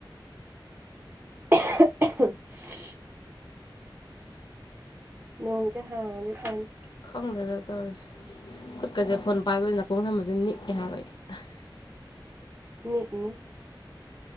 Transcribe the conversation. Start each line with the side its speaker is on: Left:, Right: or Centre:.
Right: <unintelligible> ꯅꯣꯡꯖꯦ ꯍꯥꯡꯉꯗꯤ ꯐꯅꯤ
Left: ꯈꯪꯗꯦꯗ ꯇꯧꯔꯤꯁꯦ ꯈꯨꯠꯀꯁꯦ ꯐꯣꯟ ꯄꯥꯏꯕ ꯅꯥꯀꯣꯡ ꯊꯝꯕꯖꯦ ꯅꯤꯛꯑꯦ ꯍꯥꯏꯕ ꯑꯩ ꯑꯩꯈꯣꯏ
Right: ꯅꯤꯛꯅꯤ